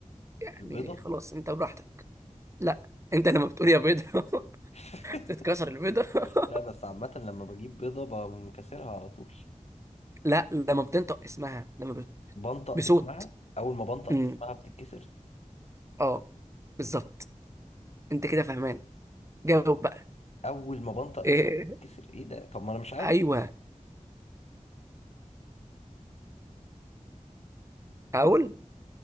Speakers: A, on the right; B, on the left.
A: يعني
B: البيضه
A: خلاص انت براحتك لا انت لما بتقول يا بيضه <laughs>
B: <laughs>
A: تتكسر البيضه <laughs>
B: لا بس عامه لما بجيب بيضه بقوم كاسرها على طول
A: لا لما بتنطق اسمها لما بت...
B: بنطق
A: بصوت
B: اسمها اول ما بنطق
A: امم
B: اسمها بتتكسر
A: اه بالظبط انت كده فاهمان جاوب بقى
B: اول ما بنطق
A: إيه
B: اسمها بتتكسر ايه ده طب ما انا مش عارف
A: ايوه هقول